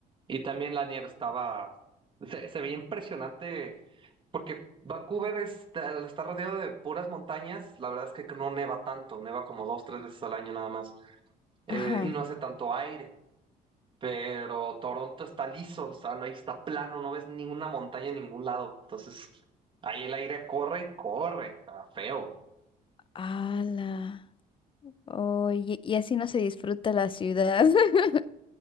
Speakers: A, on the right; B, on the left.
A: Y también la nieve estaba, se, se veía impresionante porque Vancouver está, al estar rodeado de puras montañas, la verdad es que no neva tanto, neva como dos, tres veces al año nada más. eh,
B: Ajá.
A: y no hace tanto aire, pero Toronto está liso, o sea, no, está plano, no ves ninguna montaña en ningún lado. Entonces, ahí el aire corre y corre, está feo. <laughs>
B: Ala. Oye, y así no se disfruta la ciudad. <laughs>